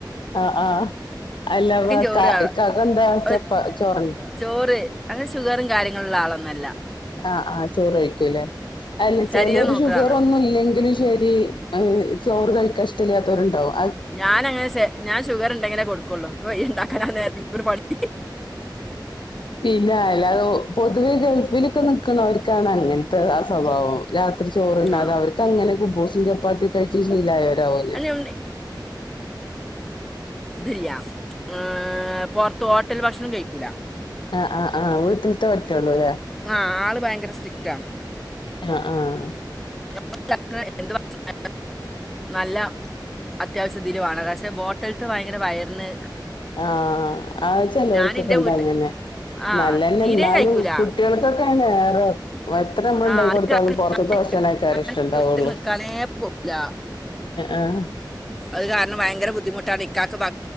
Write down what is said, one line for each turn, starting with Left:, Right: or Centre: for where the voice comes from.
Left: ആ ആഹ അല്ലവാ
Centre: ചോറ്
Left: ക്കകെ
Centre: വേണം
Left: എന്താ ചെപ്പ
Centre: ഒ-
Left: ചോറന്ന്
Centre: ചോറ് അങ്ങനെ ഷുഗറും കാര്യങ്ങളും ഉള്ള ആളൊന്നുമല്ല
Left: ആഹ ആഹ് ചോറ്ഴിക്കൂല്ലേ അല്ല
Centre: ശരീരം
Left: ചില ഒരു
Centre: നോക്കുന്ന
Left: ഷുഗർ
Centre: ആളാ
Left: ഒന്നും ഇല്ലെങ്കിലും ശരി ചോറ് കഴിക്കാ ഇഷ്ട ഇല്ലാത്തവരുണ്ടാവാം
Centre: ഞാനങ്ങനെ ഞാൻ ഷുഗർ ഉണ്ടെങ്കിലേ കൊടുക്കുള്ളൂ ഇണ്ടാക്കാന നേരത്തെ ഒരു പണി
Left: പിന്നായി അല്ല പൊതുവെ ഗൾഫില് ഇപ്പ നിക്കണവർക്കാണ് അങ്ങനത്തെ ആ സ്വഭാവം രാത്രി ചോറ്ന്നാത
Centre: ആ
Left: അവർക്ക് അങ്ങനെ കുബൂസം ചപ്പാത്തി കഴിച്ചു ശീലായവരാവൂലെ
Centre: അല്ല ദിയ്യ ആഹ് പോർത്ത് തോട്ടല് ഭക്ഷണം കഴിക്കൂല
Left: ആഹ് ആഹ് ആഹ് <unintelligible> <unintelligible> ള്ളുലേ
Centre: ആ ആള് ഭയങ്കര സ്ട്രിക്റ്റാ
Left: ആഹ് ആഹ്
Centre: <unintelligible> നല്ല അത്യാവശ്യ ദിലുവാണ് പക്ഷേ ബോട്ടല്ത്ത് ഭയങ്കര വയറ്ന്
Left: ആഹ് അത് ചെലോർക്കൊക്കെ
Centre: ഞാൻ എൻ്റെ
Left: ഇണ്ട
Centre: വീട്ടിൽ
Left: അങ്ങനെ
Centre: ആ
Left: നല്ലതന്നെ
Centre: തീരെ
Left: എന്നാലും
Centre: കഴിക്കൂല
Left: കുട്ടികൾക്കൊക്കെ വേറെ എത്ര നമ്മള്
Centre: ആ
Left: ണ്ടാക്കി
Centre: അത്
Left: കൊടുത്താലും
Centre: കാരണം
Left: പൊറത്ത്ത്തെ ബാഷണെ ക്കാര ഇഷ്ട ണ്ടാവുള്ളൂ
Centre: വീട്ടിൽ നിൽക്കാനേ പോകില്ല
Left: ആഹ്
Centre: അത് കാരണം ഭയങ്കര ബുദ്ധിമുട്ടാണ് ഇക്കാക്ക് ബ